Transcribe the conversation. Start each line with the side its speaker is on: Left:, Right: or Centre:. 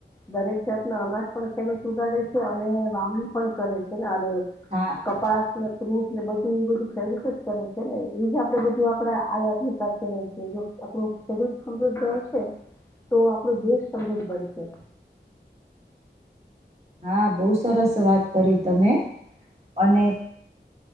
Left: દરેક જાતના અનાજ પણ ખેડૂત ઉગાડે છે અને વાવણી પણ કરે છે ને અરે
Right: હા
Left: કપાસને ફ્રૂટને બધું એ બધું સર્વિસ જ કરે છે ને એ જ આપડે બધું આપડે આયાત નિકાસ કરીએ છીએ જો. આપણું ખેડૂત સમૃદ્ધ હશે તો આપણું દેશ સમૃદ્ધ બનશે. <inaudible>
Right: હા બહુ સરસ વાત કરી તમે અને